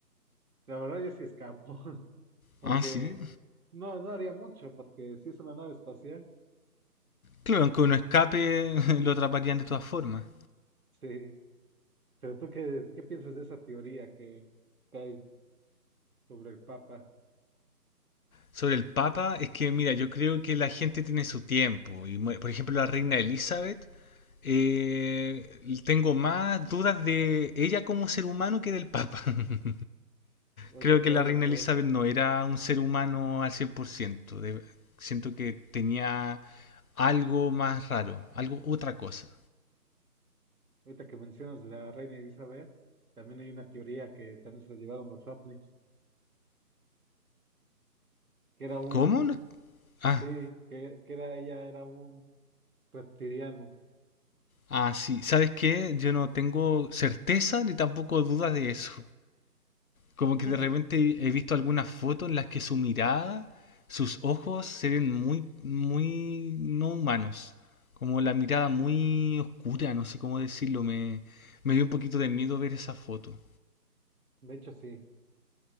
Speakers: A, on the right (about 65°); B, on the left (about 60°).
A: la verdad yo sí escapo, <laughs> aunque
B: Ah, sí.
A: no, no haría mucho, porque si es una nave espacial,
B: Claro, aunque uno escape, <laughs> lo atraparían de todas formas.
A: sí. Pero tú, ¿qué, qué piensas de esa teoría que, que hay sobre el Papa?
B: Sobre el Papa, es que mira, yo creo que la gente tiene su tiempo. Y, mu- por ejemplo, la reina Elizabeth eh, tengo más dudas de ella como ser humano que del Papa. <laughs>
A: Ahorita
B: Creo
A: que
B: que
A: hablas
B: la reina
A: de
B: Elizabeth
A: eso,
B: no era un ser humano al 100%. De- siento que tenía algo más raro, algo otra cosa.
A: ahorita que mencionas de la reina Elizabeth, también hay una teoría que también se la llevaron los ovnis que era un
B: ¿Cómo? No- Ah,
A: Sí, que, que era ella, era un reptiliano.
B: ah, sí. ¿Sabes qué? Yo no tengo certeza ni tampoco dudas de eso. Como que
A: <laughs>
B: de repente he visto algunas fotos en las que su mirada, sus ojos se ven muy, muy no humanos. Como la mirada muy oscura, no sé cómo decirlo. Me, me dio un poquito de miedo ver esa foto.
A: De hecho, sí,